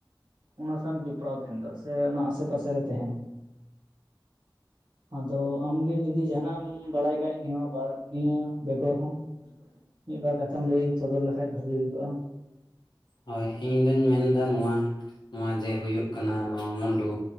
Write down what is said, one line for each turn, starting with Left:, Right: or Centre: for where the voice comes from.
Right: ᱚᱱᱟ ᱥᱟᱝ ᱡᱚᱯᱲᱟᱣ ᱛᱟᱦᱮᱸᱱ ᱫᱚ ᱥᱮ ᱚᱱᱟ ᱟᱥᱮ ᱯᱟᱥᱮ ᱨᱮ ᱛᱟᱦᱮᱱ ᱟᱫᱚ ᱟᱢᱜᱮ ᱡᱩᱫᱤ ᱡᱟᱦᱟᱱᱟᱜ ᱮᱢᱼᱼ ᱵᱟᱲᱟᱭ ᱠᱷᱟᱡ ᱱᱤᱭᱟᱹ ᱵᱟᱨ ᱱᱤᱭᱟᱹ ᱵᱮᱜᱚᱨ ᱦᱚᱸ ᱢᱤᱫ ᱵᱟᱨ ᱠᱟᱛᱷᱟᱢ ᱞᱟᱹᱭ ᱥᱚᱫᱚᱨ ᱞᱮᱠᱷᱟᱱᱼᱼ ᱠᱷᱟᱡ ᱵᱷᱟᱹᱜᱤ ᱦᱩᱭ ᱠᱚᱜᱼᱟ
Left: ᱦᱳᱭ ᱤᱧ ᱫᱩᱧ ᱢᱮᱱᱫᱟ ᱱᱚᱣᱟᱼᱼ ᱱᱚᱣᱟ ᱡᱮ ᱦᱩᱭᱩᱜ ᱠᱟᱱᱟ ᱱᱚᱣᱟ ᱢᱩᱱᱰᱩᱼᱼ